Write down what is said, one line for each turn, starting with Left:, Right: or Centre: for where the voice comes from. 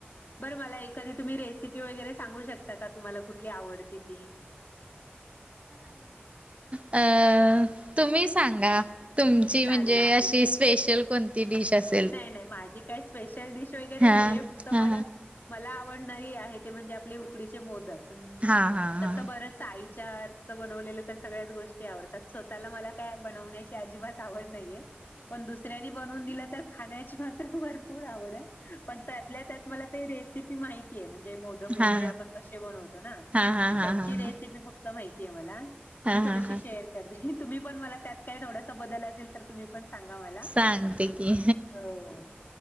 Left: बरं मला एखादी तुम्ही रेसिपी वगैरे सांगू शकता का तुम्हाला कुठली आवडती ती.
Right: अ तुम्ही सांगा. तुमची
Left: चालेल
Right: म्हणजे अशी
Left: ठीक आहे
Right: स्पेशल कोणती डिश असे
Left: नाही नाही माझी काही स्पेशल डिश वगैरे
Right: हा
Left: नाहीये फक्त
Right: हा
Left: मला मला आवडणारी आहे ते म्हणजे आपले उकडीचे मोदक
Right: हा हा हा
Left: तसं बरस आई च्या हातच बनवलेलं तर सगळ्याच गोष्टी आवडतात. स्वतःला मला काय बनवण्याची अजिबात आवड नाहीये. पण दुसऱ्यांनी बनवून दिलं तर खाण्याची मात्र भरपूर आवड आहे. पण त्यातल्या त्यात मला ते रेसिपी माहिती आहे म्हणजे मोदक वगैरे
Right: हा
Left: आपण कसे बनवतो ना
Right: हा हा हा
Left: त्याची
Right: हा हा
Left: रेसिपी फक क्त माहितीये मला ति
Right: हा
Left: मी थोडीेशी
Right: हा हा
Left: शेअर करते तुम्ही पण मला त्यात काही थोडासा बदल असेल तर तुम्ही पण सांगा मला.
Right: सांगते की
Left: हो.